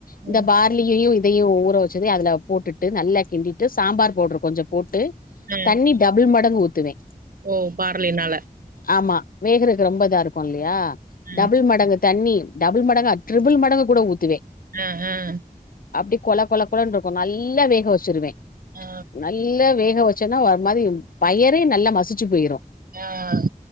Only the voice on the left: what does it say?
இந்த
பார்லியையு இ தயு ஊற வச்சதயு அதுல போட்டுட்டு நல்லா கிண்டிட்டு சாம்பார் பவுட்ரு கொஞ்சொ போட்டு
தண்ணி டபுள் மடங்கு ஊத் துவே
ஆமா வேகறக்கு ரொம்ப இதாருக்குல்லியா
டபுள் மடங்கு தண்ணி டபுள் மடங்கா ட்ரிபுள் மடங்கு கூட ஊத்துவே
அப்டி கொல கொல கொலன்ருக்கு நல்லா வேக வச்சிருவே
நல்லா வே வேகவெச்சனா ஒர் மாதிரி பயரே நல்லா மசிச்சி போயிரு